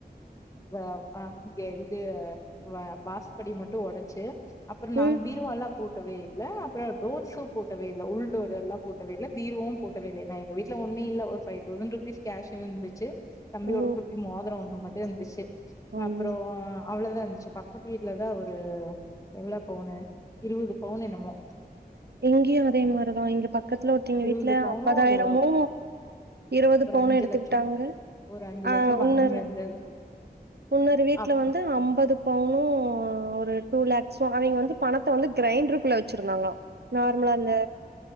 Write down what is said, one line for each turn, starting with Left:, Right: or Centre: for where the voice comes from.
Left: வ அ இது இது வ வாசபடி மட்டு‌ ஒடச்சி அப்புறோ‌ நாங்க
Right: ம்
Left: பீரோவால்லா பூட்டவே இல்ல அப்புறோ டோர்ஸும் பூட்டவே இல்ல உள்டோர் எல்லா பூட்டவே இல்ல பீரோவும் பூட்டவே இல்ல நா எங்க வீட்டுல உண்டில்ல ஒரு பைவ் தௌசண்ட் ருபீஸ் கேஷ் இருந்துச்சி தம்பியோட
Right: ஓ
Left: குட்டி மோதிர ஒண்ணு மட்டு இருந்துச்சி
Right: ஐயோ
Left: அப்புறோ அவ்வளோதா இருந்துச்சி பக்கத்து வீட்டுலதா ஒரு எவ்ளோ பவுனு இருவது பவுனு என்னமோ
Right: இங்கியு அதே மாரிதா இங்க பக்கத்துல ஒருத்தைங்க
Left: இருவது
Right: வீட்டுல
Left: பவுனு
Right: ஐம்பதாயிரமு
Left: ஒரு
Right: இருவது
Left: ஒரு
Right: பவுனு
Left: அஞ்சு
Right: எடுத்துக்கிட்டாங்க
Left: லட்சோ ஒரு அஞ்சு
Right: அ
Left: லட்சோ பணமும்
Right: உன்னொரு
Left: இருந்தது
Right: உன்னொரு வீட்டுல
Left: அப்
Right: வந்து அம்பது பவுனு ஒர் ரு டூலாக்ஸு அவய்ங்க வந்து பணத்த வந்து கிரைண்ருக்குள்ள வச்சிருந்தாங்களா நார்மலா அந்த